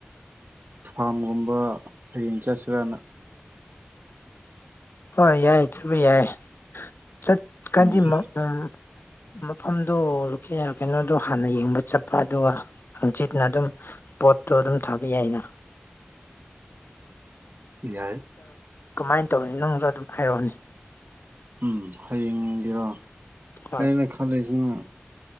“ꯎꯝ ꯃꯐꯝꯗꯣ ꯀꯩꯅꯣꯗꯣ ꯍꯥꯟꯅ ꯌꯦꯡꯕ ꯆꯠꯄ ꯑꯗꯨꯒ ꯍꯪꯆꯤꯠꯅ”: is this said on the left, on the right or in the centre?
Left